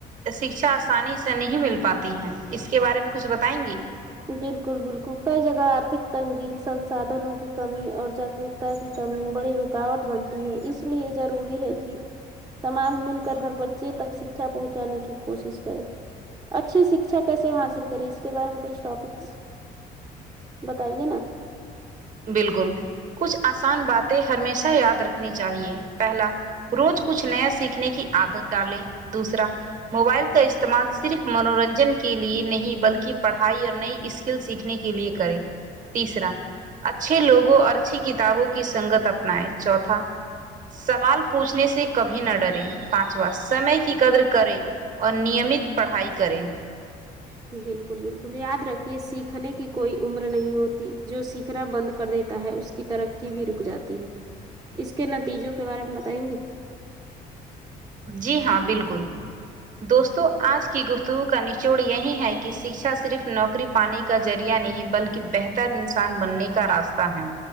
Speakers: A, on the right; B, on the right.
A: شکچھا آسانی سے نہیں مل پاتی ہیں اس کے بارے میں کچھ بتائیں گی
B: بالکل بالکل کئی جگہ آرتھک تنگی سنسادھنوں کی کمی اور جاگروک کی کمی بڑی رکاوٹ بنتی ہے اس لیے ضروری ہے کہ تمال مل کر ہر بچے تک شکچھا پہنچانے کی کوشش کرے اچھی شکچھا کیسے حاصل کری اس کے بارے میں کچھ ٹاپکس بتائیے نا
A: بالکل کچھ آسان باتیں ہمیشہ یاد رکھنی چاہیے پہلا روز کچھ نیا سیکھنے کی عادت ڈالے دوسرا موبائل کا استعمال صرف منورن جن کے لیے نہیں بلکہ پڑھائی اور نئی اسکل سیکھنے کے لیے کریں تیسرا اچھے لوگوں اور اچھی کتابوں کی سنگت اپنائے چوتھا سوال پوچھنے سے کبھی نہ ڈریں پانچواں سمے کی قدر کریں اور نیمت پڑھائی کریں
B: بالکل بالکل یاد رکھیے سیکھنے کی کوئی عمر نہیں ہوتی جو سیکھنا بند کر دیتا ہے اس کی ترقی بھی رک جاتی ہے اس کے نتیجوں کے بارے میں بتائیں گی
A: جی ہاں بالکل دوستوں آج کی گفتگو کا نچوڑ یہی ہے کہ شکچھا صرف نوکری پانی کا ذریعہ نہیں بلکہ بہتر انسان بننے کا راستہ ہے